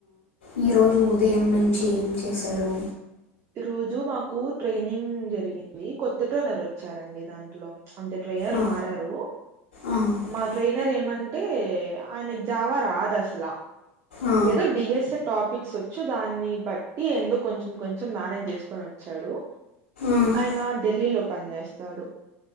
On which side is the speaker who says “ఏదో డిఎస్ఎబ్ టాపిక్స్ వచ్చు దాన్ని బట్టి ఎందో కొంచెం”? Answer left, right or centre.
Right